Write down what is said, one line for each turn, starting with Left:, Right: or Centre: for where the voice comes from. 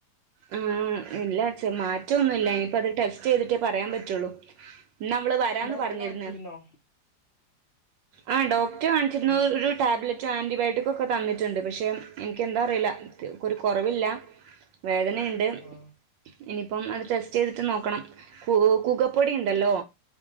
Right: ആഹ് ഇല്ല മാറ്റൊന്നുല്ല ഇനിയിപ്പത് ടെസ്റ്റ് ചെയ്തിട്ടേ പറയാൻ പറ്റുള്ളൂ. ന്നവള് വരാന്ന്
Left: ഡോക്ടറെ
Right: പറഞ്ഞിരുന്ന്.
Left: കാണിച്ചിരുന്നോ
Right: ആഹ് ഡോക്ടറെ കാണിച്ചിരുന്നു
Left: എൻ
Right: ഒരു ടാബ്ലറ്റ്. റ്റ് ആന്റിബയോട്ടിക്കൊക്കെ തന്നിട്ടുണ്ട് പക്ഷേ എനിക്ക് എന്താ അറിയില്ല ഒരു കൊറവില്ല. വേദനയുണ്ട്?
Left: ആഹ്
Right: ഇനിയിപ്പം അത് ടെസ്റ്റ് ചെയ്തിട്ട് നോക്കണം കൂ കൂകപ്പൊടി ഇണ്ടല്ലോ?